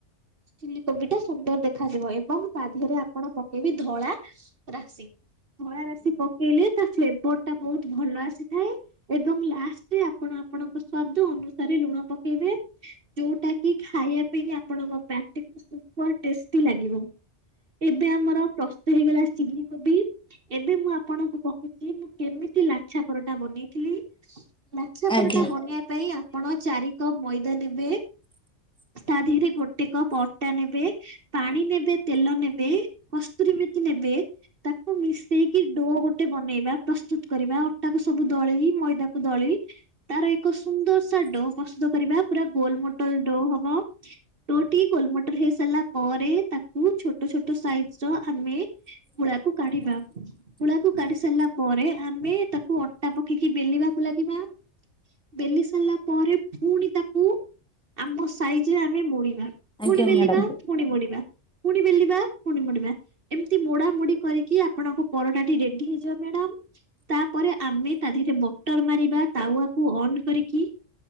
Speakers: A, on the right; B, in the centre.
A: ଚିଲ କୋବି ଟା ସୁନ୍ଦର ଦେଖାଯିବ ଏବଂ ତା ଦିହରେ ଆପଣ ପକେଇବେ ଧଳା ରାଶି ଧଳା ରାଶି ପକେଇଲେ ତା ଫ୍ଲେବର ଟା ବହୁତ ଭଲ ଆସିଥାଏ। ଏବଂ ଲାଷ୍ଟରେ ଆପଣ ଆପଣଙ୍କ ସ୍ଵାଦ ଅନୁସାରେ ଲୁଣ ପକେଇବେ। ଯୋଉଟା କି ଖାଇବା ପାଇଁ ଆପଣଙ୍କ ପାଟିକୁ <unintelligible> ଟେଷ୍ଟି ଲାଗିବ ଏବେ ଆମର ପ୍ରସ୍ତ ହେଇଗଲା ଚିଲି କୋବି ଏବେ ମୁଁ ଆପଣଙ୍କୁ କହୁ କି ମୁଁ କେମିତି ଲାଛା ପରଟା ବନେଇଥିଲି ଲାଛା
B: ଆଜ୍ଞା
A: ପରଟା ବନେଇବା ପାଇଁ ଆପଣ ଚାରି କପ ମଇଦା ନେବେ ତା ଦିହରେ ଗୋଟେ କପ୍ ଅଟା ନେବେ। ପାଣି ନେବେ ତେଲ ନେବେ କସ୍ତୁରୀ ମେଥୀ ନେବେ। ତାକୁ ମିଶେଇକି ଡୋ ଗୋଟେ ବନେଇବା ପ୍ରସ୍ତୁତ କରିବା ଅଟାକୁ ସବୁ ଦଳେଇ ମଇଦା କୁ ଦଳି ତାର ଏକ ସୁନ୍ଦର ସା ଡୋ ପ୍ରସ୍ତୁତ କରିବା ପୁରା ଗୋଲ ମୋ ମୋଟଲ ଡୋ ହବ ଡୋ ଟି ଗୋଲମଟର ହେଇ ସାରିଲା ପରେ ତାକୁ ଛୋଟ ଛୋଟ ସାଇଜ ର ଆମେ ଗୁଳାକୁ କାଢିବା। ଗୁଳାକୁ କାଢି ସାରିଲା ପରେ ଆମେ ତାକୁ ଅଟା ପକେଇକି ବେଲିବାକୁ ଲାଗିବା। ବେଲି ସାରିଲା ପରେ ପୁଣି ତାକୁ ଆମ ସାଇଜରେ ଆମେ ମୋଡ଼ିବା
B: ଆଜ୍ଞା
A: ପୁଣି ବେଲିବା।
B: ମ୍ୟାଡ଼ାମ।
A: ପୁଣି ମୋଡିବା ପୁଣି ବେଲିବା ପୁଣି ମୋଡିବା। ଏମିତି ମୋଡା ମୋଡି କରିକି ଆପଣଙ୍କ ପରଟା ଟି ରେଡି ହେଇଯିବ ମ୍ୟାଡାମ। ତାପରେ ଆମେ ତା ଦିହରେ ବଟର ମାରିବା ତାୱାକୁ ଅନ୍ କରିକି